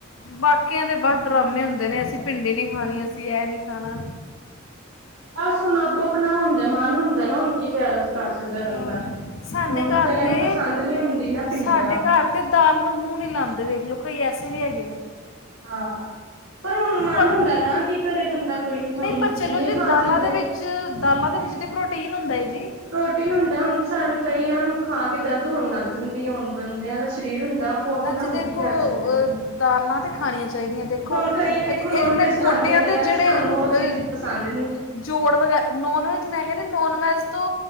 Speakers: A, on the left; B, on the right.
A: ਬਾਕੀਆਂ ਦੇ ਬਾੱਸ ਡਰਾਮੇ ਹੁੰਦੇ ਨੇ, ਅਸੀ ਪਿੰਡੀ ਨੀ ਖਾਨੀ, ਅਸੀ ਐ ਨੀ ਖਾਨਾ
B: ਬਸ ਹੁਨ ਅਗੋ ਆਪਨਾ ਹੁੰਦਾ, ਮਾਨ ਹੁੰਦਾ ਨਾ, ਹੁਨ ਕੀ ਹੈ ਕਾੱਰ ਸਕਦਾ ਬੰਦਾ
A: ਅਮ ਸਾਡੇ
B: ਹੁਨ
A: ਘਰ
B: ਕਈਆਂ
A: ਤੇ
B: ਨੂੰ ਪਸੰਦ ਨੀ ਹੁੰਦੀ ਨਾ ਪਿੰਡੀਆਂ।
A: ਸਾਡੇ ਘਰ ਤੇ ਦਾਲ ਨੂੰ ਮੂ ਨੀ ਲਾਂਦੇ ਵੇਖ ਲੋ, ਕਈ ਐਸੇ ਵੀ ਹੈਗੇ ਨੇ
B: ਹਾਂ, ਪਰ ਹੁਨ ਮਾੱਨ
A: ਪਰ
B: ਹੁੰਦਾ ਨਾ, ਕੀ ਕਰੇ ਬੰਦਾ ਕੋਈ, ਹੁਨ
A: ਨਹੀਂ ਪਰ
B: ਨੀ
A: ਜੀ
B: ਖਾ
A: ਦਾਲਾਂ
B: ਸਕਦੇ।
A: ਦੇ ਵਿੱਚ ਚਲੋ ਦਾਲਾਂ ਦੇ ਵਿੱਚ ਤੇ ਪ੍ਰੋਟੀਨ ਹੁੰਦਾ ਏ ਜੀ।
B: ਪ੍ਰੋਟੀਨ ਹੁੰਦਾ ਹੁਨ ਸਾਨੂੰ ਕਈਆਂ ਨੂੰ ਖਾ ਕੇ ਦਰਦ ਹੋਨ ਲਗ ਜਾਂਦੀ ਹੁਨ, ਬੰਦਿਆ ਦਾ ਸਰੀਰ ਹੁੰਦਾ ਆਪੋ ਆਪਣਾ
A: ਨਾ ਜੀ
B: ਹੁਣ
A: ਦੇਖੋ
B: ਕੀ ਕਰ ਸਕਦਾ ਹੈ।
A: ਦਾਲਾਂ ਤੇ ਖਾਣਿਆਂ ਚਾਈਦਿਆਂ ਦੇਖੋ,
B: ਹੁਣ ਕਈ ਵੇਖੋ
A: ਏਦੇ
B: ਨੋਨ
A: ਏ ਨ
B: ਵੈਜ
A: ਗੋਡੇਆਂ
B: ਖਾਂਦੇ ਨੇ
A: ਦੇ ਜੇੜੇ
B: ਸਾਨੂੰ
A: ਅ
B: ਉਹ ਚੀਜ਼ ਪਸੰਦ ਨੀ।
A: ਜੋੜ ਵਗੈਰਾ ਨੋਨ ਵੈੱਜ ਮੈਂ ਕੈਨੀ ਨੋਨ ਵੈੱਜ ਤੋ